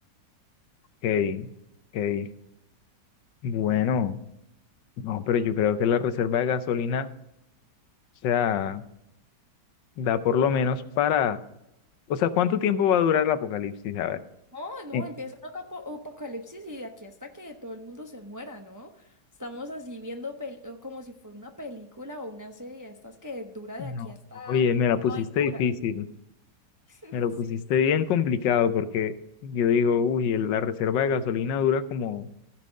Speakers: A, on the left; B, on the right.
A: Ok, ok. Bueno, no, pero yo creo que la reserva de gasolina, o sea, da por lo menos para, o sea, ¿cuánto tiempo va a durar el apocalipsis? A ver.
B: No, no,
A: Eh,
B: empieza un acapo- apocalipsis y de aquí hasta que todo el mundo se muera, ¿no? Estamos así viendo pel- o como si fuera una película o una serie de estas que dura
A: No,
B: de aquí hasta...
A: oye,
B: No,
A: me la pusiste
B: y
A: difícil,
B: dura. <laughs>
A: me lo
B: Sí,
A: pusiste bien complicado porque yo digo, uy, el- la reserva de gasolina dura como